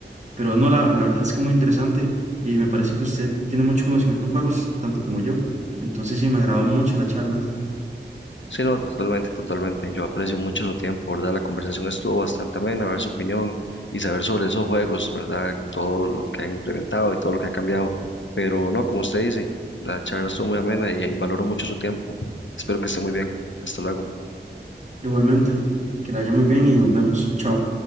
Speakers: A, on the right; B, on the left.
A: Pero no, la, la verdad es que muy interesante y me parece que usted tiene mucho conocimiento en juegos, tanto como yo. Entonces sí, me agradó mucho la charla.
B: Sí, no, totalmente, totalmente. Yo aprecio mucho su tiempo, ¿verdad? La conversación estuvo bastante amena, ver su opinión y saber sobre esos juegos, ¿verdad? Todo lo que han implementado y todo lo que ha cambiado. Pero no, como usted dice, la charla estuvo muy amena y y valoro mucho su tiempo. Espero que esté muy bien. Hasta luego.
A: Igualmente, que la haya muy bien y nos vemos. Chao.